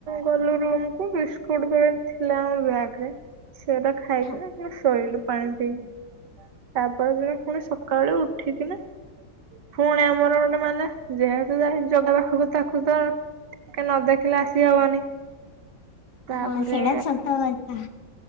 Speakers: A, on the right; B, on the left.
A: ଗଲୁ ରୁମକୁୁ ବିସ୍କୁଟ ପାକେଟ ଥିଲା ଆମ ବ୍ୟାଗରେ ସେଇରା ଖାଇକିନା
B: ହଁ
A: ପୁଣି ଶୋଇଲୁ। ପାଣି ପିଇକି ତାପରଦିନ ଫୁଣି ସକାଳୁ ଉଠ ଠିକିନା ଫୁଣି ଆମର ଗୋଟେ ମାନେ ଯେହେତୁ ଯାଇଚୁ ଜଗା ପାଖକୁ ତାକୁ ତ ଟିକେ ନ ଦେଖିଲେ ଆସି ହବନି ତାପରେ
B: ହଁ ସେଡା ସତ କଥା